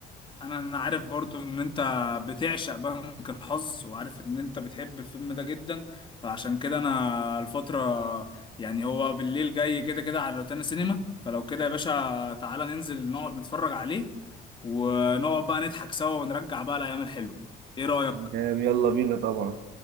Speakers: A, on the left (about 30°); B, on the right (about 80°).
A: انا انا عارف برضو ان انت بتعشق بنك الحظ وعارف ان انت بتحب الفيلم ده جدا فعشان كده انا الفترة يعني هو بالليل جاي كده كده على روتانا سينما فلو كده يا باشا تعالى ننزل نقعد نتفرج عليه ونقعد بقى نضحك سوا ونرجع بقى الايام الحلوة ايه رأيك
B: تمام، يلا بينا طبعا